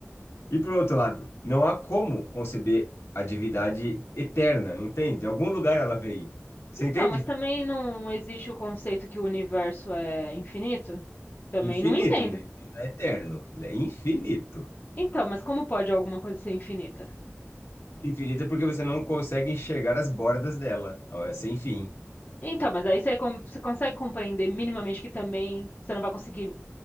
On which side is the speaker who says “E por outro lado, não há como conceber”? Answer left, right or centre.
Left